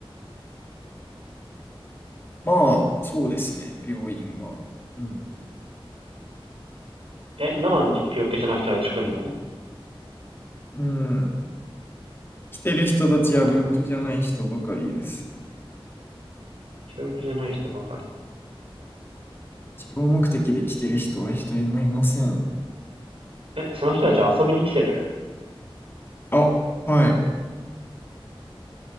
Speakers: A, on the left (about 25°); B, on the right (about 75°).
A: まあ、そうですね、病院は。うん。
B: え、なのに病気じゃない人たち来んの
A: うん。来てる人たちは病気じゃない人ばかりですね。
B: 頭くん。病気じゃない人ばかり。
A: 治療目的で来てる人は一人もいません。
B: え、その人たちは遊びに来てる
A: あ、はい。